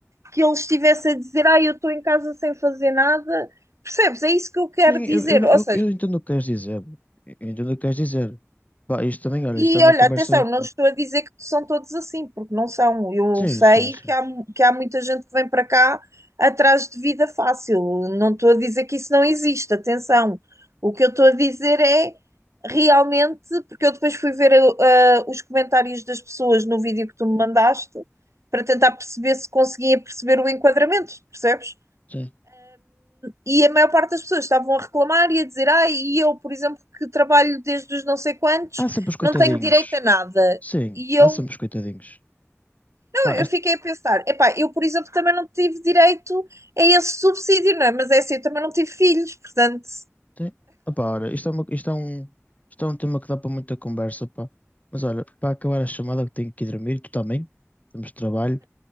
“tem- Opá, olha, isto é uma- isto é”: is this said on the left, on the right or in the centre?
Left